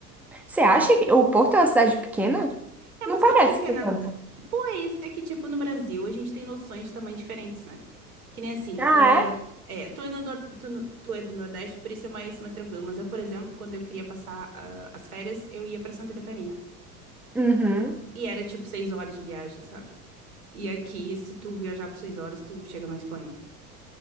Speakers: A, in the centre; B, on the right.
A: Você acha que o Porto é uma cidade pequena?
B: É uma
A: Não
B: cidade
A: parece
B: pequena.
A: ser tanto.
B: Pois é que, tipo, no Brasil a gente tem noções de tamanho diferentes, né? Que nem assim.
A: Ah,
B: ah,
A: é?
B: é, tu é, no nor- tu, no- tu é do Nordeste, por isso é mais, mais tranquilo. Mas eu, por exemplo, quando eu queria passar ah, as férias, eu ia pra Santa Catarina.
A: Uhum.
B: E era tipo seis horas de viagem, sabe? E aqui, se tu viajar por seis horas, tu chega na Espanha.